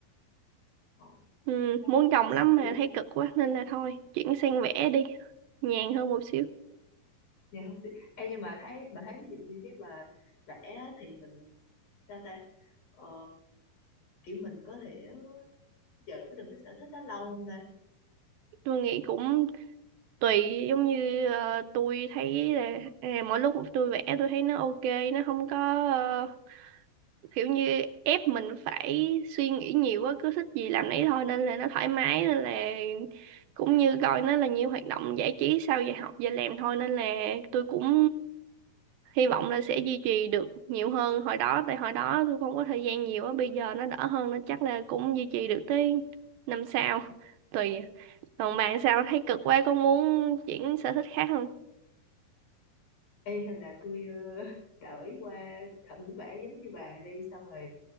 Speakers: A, on the left; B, on the right.
A: Ồ,
B: Ừ,
A: đó
B: muốn trồng
A: xỉu
B: lắm mà thấy cực quá nên là thôi, chuyển sang vẽ đi, nhàn hơn một xíu.
A: dạ không xí. em nhưng mà thấy mà thấy ví dụ như nếu mà vẽ á, thì mình sao ta ờ, kiểu mình có thể giữ được cái sở thích đó lâu không ta
B: Tôi nghĩ cũng tùy giống như ờ, tôi thấy là à, mỗi lúc tôi vẽ tôi thấy nó ok, nó không có ờ, kiểu như ép mình phải suy nghĩ nhiều quá cứ thích gì làm nấy thôi nên là nó thoải mái nên là cũng như coi nó là nhiều hoạt động giải trí sau giờ học giờ làm thôi nên là tôi cũng hy vọng là sẽ duy trì được nhiều hơn hồi đó tại hồi đó tôi không có thời gian nhiều á bây giờ nó đỡ hơn nên chắc là cũng duy trì được tới năm sau tùy còn bạn sao thấy cực quá có muốn chuyển sở thích khác không
A: Ê, hay là tôi ờ, <laughs> đổi qua thử vẽ giống như bà đi xong rồi